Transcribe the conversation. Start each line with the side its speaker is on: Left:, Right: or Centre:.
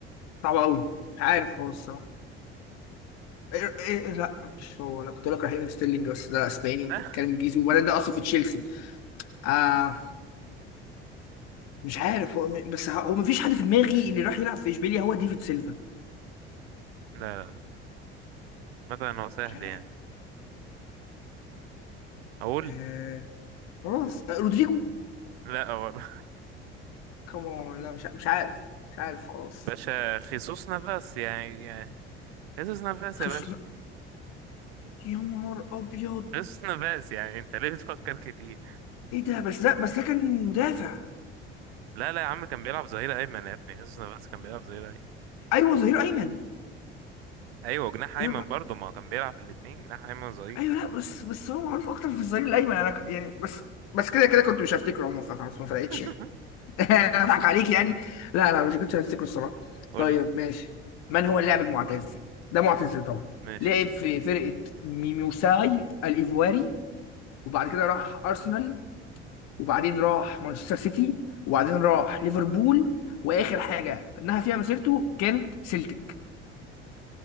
Left: صعبة قوي مش عارف خالص الصراحة إيه إيه إيه، لا مش هو انا كنت بقول لك رحيم ستيرلينج بس ده اسباني انت
Right: <laughs>
Left: بتتكلم انجليزي وبعدين ده اصلا في تشيلسي آه مش عارف هو م- بس ه- هو مفيش حد في دماغي اللي راح يلعب في اشبيليا هو ديفيد سيلفا
Right: لا لا مثلا هو سهل
Left: مش عارف
Right: يعني اقول
Left: آه، خلاص آه رودريجو
Right: لا برضه
Left: كمان لا مش ع- مش عارف مش عارف خلاص
Right: باشا خيسوس نافاس يعني يعني- خيسوس نافاس يا
Left: خسنا
Right: باشا
Left: يا نهار ابيض
Right: خيسوس نافاس يعني انت ليه بتفكر كتير
Left: ايه ده بس ده بس ده كان مدافع
Right: لا لا يا عم كان بيلعب ظهير ايمن يا ابني خيسوس نافاس كان بيلعب ظهير ايمن
Left: ايوه ظهير ايمن
Right: ايوه جناح ايمن
Left: يلا
Right: برضه ما هو كان بيلعب في الاتنين جناح ايمن ظهير
Left: ايوه لا بس بس هو معروف اكتر في الظهير الايمن انا ك- يعني بس بس كده كده كنت مش هفتكره عموما فخلاص ما فرقتش
Right: <laughs>
Left: يعني <laughs> اضحك عليك يعني لا لا مش كنتش هفتكره الصراحه
Right: قول
Left: طيب
Right: لي
Left: ماشي من هو اللاعب المعتزل ده معتزل طبعا
Right: ماشي
Left: لعب في فرقه ميموساي الايفواري وبعد كده راح ارسنال وبعدين راح مانشستر سيتي وبعدين راح ليفربول واخر حاجه انها فيها مسيرته كانت سيلتيك